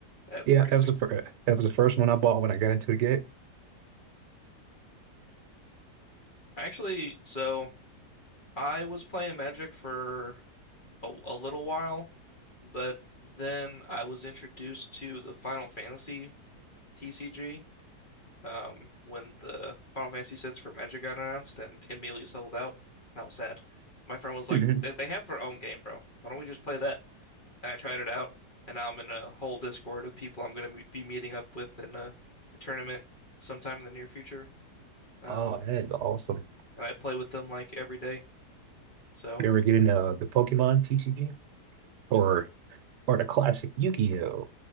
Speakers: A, on the left; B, on the right.
A: That's
B: Yeah,
A: crazy.
B: that was the fir- that was the first one I bought when I got into the game.
A: Actually, so I was playing Magic for a, a little while, but then I was introduced to the Final Fantasy TCG um, when the Final Fantasy sets for Magic got announced and immediately sold out, and I was sad. My friend was
B: <laughs>
A: like, they, they have their own game, bro. Why don't we just play that? And I tried it out, and now I'm in a whole Discord with people I'm going to be meeting up with in a, a tournament sometime in the near future. Um,
B: Oh, that is awesome.
A: and I play with them like every day. So
B: You ever get into uh, the Pokemon TCG or or the classic Yu-Gi-Oh?